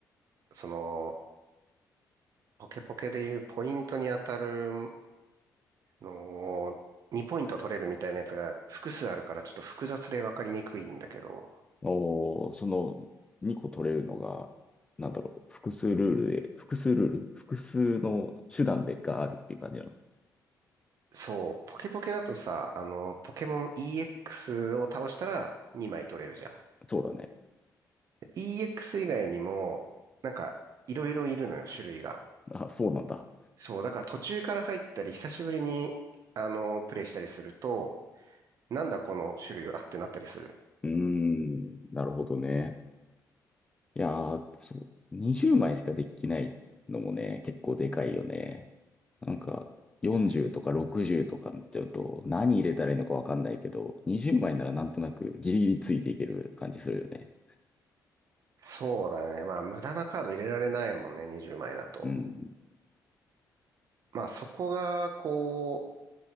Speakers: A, on the right (about 60°); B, on the left (about 15°).
A: その、ポケポケでいうポイントに当たるのを、2ポイント取れるみたいなやつが複数あるからちょっと複雑でわかりにくいんだけど、
B: おー、その2個取れるのが、なんだろう、複数ルールで、複数ルール複数の手段でがあるっていう感じなの。
A: そう、ポケポケだとさ、あの、ポケモン EX を倒したら2枚取れるじゃん。
B: そうだね。
A: EX 以外にも、なんか、いろいろいるのよ、種類が。
B: あ、そうなんだ。
A: そう、だから途中から入ったり、久しぶりに、あの、プレイしたりすると、なんだこの種類はってなったりする。
B: うーん、なるほどね。いやー、そう、20枚しかできないのもね、結構でかいよね。なんか、40とか60とかになっちゃうと、何入れたらいいのかわかんないけど、20枚ならなんとなくギリギリついていける感じするよね。
A: そうだね。まあ、無駄なカード入れられないもんね、20枚だと。
B: うん。
A: まあ、そこが、こう、